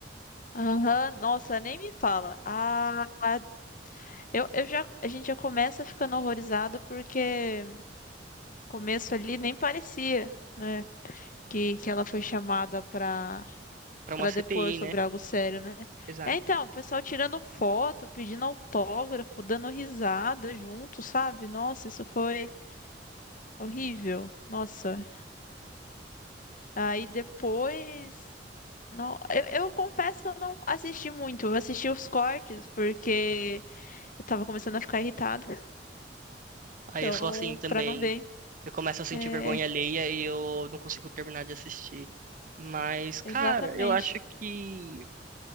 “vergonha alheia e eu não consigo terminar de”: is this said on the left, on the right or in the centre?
Right